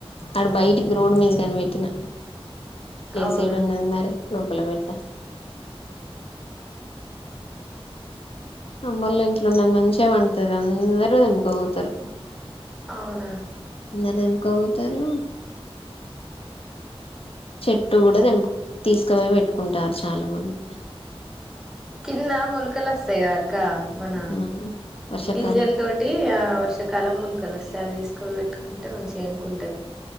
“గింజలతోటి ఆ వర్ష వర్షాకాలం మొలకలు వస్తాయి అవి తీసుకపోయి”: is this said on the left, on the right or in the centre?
Centre